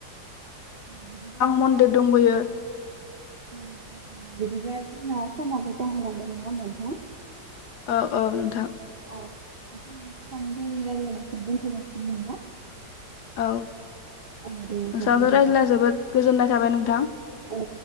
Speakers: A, on the right; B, on the left.
A: <inaudible>
B: मन्दिर दंबोयो
A: बिदिब्ला जोंहा समाबो जाहो लांबाय नङा होमबा नोंथां।
B: ओ ओ नोंथां।
A: अ <unintelligible>
B: औ।
A: औ दे नोंथां
B: नोंथांजों
A: गोजोनथों।
B: रायज्लायना जोबोद गोजोननाय थाबाय नोंथां।
A: औ।